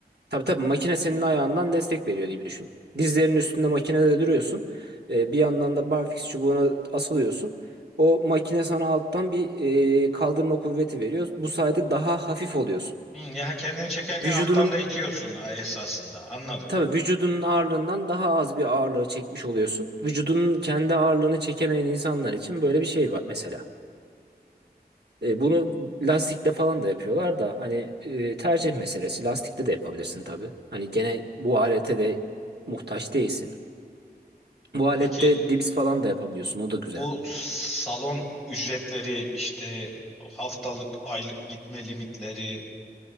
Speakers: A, on the right; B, in the centre.
A: Tabii tabii makine senin ayağından destek veriyor gibi düşün. Dizlerinin üstünde makinede duruyorsun. Ee, bir yandan da barfiks çubuğuna asılıyorsun. O makine sana alttan bir e, kaldırma kuvveti veriyor. Bu sayede daha hafif oluyorsun.
B: Hı, ya kendini çekerken
A: Vücudunun
B: alttan da itiyorsun ha, esasında. Anladım.
A: Tabii vücudunun ağırlığından daha az bir ağırlığı çekmiş oluyorsun. Vücudunun kendi ağırlığını çekemeyen insanlar için böyle bir şey var mesela. E, bunu lastikte falan da yapıyorlar da hani e, tercih meselesi. Lastikte de yapabilirsin tabii. Hani gene bu alete de muhtaç değilsin. Bu alette
B: Peki
A: dips falan da yapabiliyorsun. O da güzel.
B: bu salon ücretleri işte haftalık aylık gitme limitleri